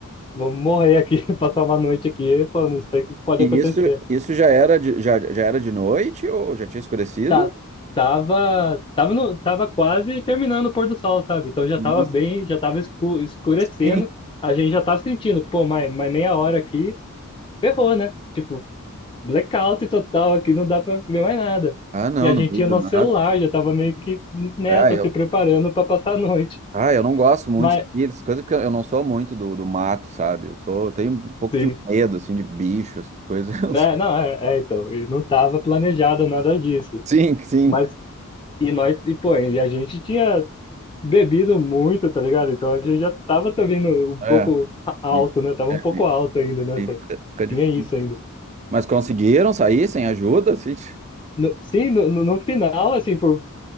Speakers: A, on the left; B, on the right.
A: Vamos morrer aqui, <laughs> passar uma noite aqui, pô, não sei o que pode
B: E
A: acontecer.
B: isso, isso já era de, já, já era de noite ou já tinha escurecido?
A: Tá, tava, tava no, tava quase terminando o pôr do sol, sabe? Então já
B: Nossa,
A: tava bem, já tava escu- escurecendo.
B: sim.
A: A gente já tava sentindo, pô, mais, mais meia hora aqui ferrou, né? Tipo, blackout total aqui, não dá pra ver mais nada.
B: Ah, não,
A: E a gente
B: no meio
A: tinha
B: do
A: nosso
B: nada.
A: celular, já tava meio que nessa,
B: Ah, eu,
A: se preparando pra passar a noite.
B: ah, eu não gosto muito
A: Mas,
B: de trilhas, coisa porque eu não sou muito do, do mato, sabe? Eu sou, eu tenho um pouco
A: sim,
B: de medo, assim, de bicho, essas coisas. <laughs> Eu
A: né?
B: sou-
A: Não, é, é, então, e não tava planejado nada disso.
B: Sim, sim.
A: Mas, e nós, e pô, e a gente tinha bebido muito, tá ligado? Então a gente já tava também no- um pouco
B: É.
A: a- alto,
B: E-
A: né? Tava
B: é,
A: um pouco
B: e-
A: alto ainda nessa.
B: e fica, fica difícil.
A: Tinha isso ainda.
B: Mas conseguiram sair sem ajuda, assim? <laughs>
A: No- sim, no, no no final, assim, por